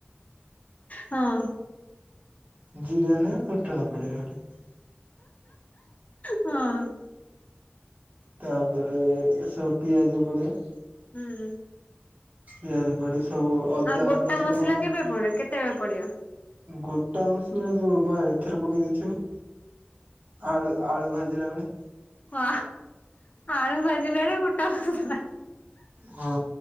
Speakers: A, on the left; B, on the right.
A: ହଁ
B: ଜିରା ନାଇଁ ଫୁଟଣ ପଡିବ ଖାଲି।
A: ହଁ
B: ତାପରେ ଏ ସବୁ ପିଆଜ ପଡିବ।
A: ହୁଁ
B: ପିଆଜ ପଡି ସବୁ ଅଦା
A: ଆଉ ଗୋଟା
B: ରସୁଣ
A: ମସଲା କେବେ ପଡିବ କେତେବେଳେ ପଡିବ?
B: ଗୋଟା ମସଲା ଯୋଉ ବା ଏଥିରେ ପକେଇ ଦେଇଥିବ। ଆଳୁ ଆଳୁ ଭାଜିଲା ବେଳେ
A: ଓ ଆଳୁ ଭାଜିଲା ବେଳକୁ ଗୋଟା ମସଲା।
B: ହଁ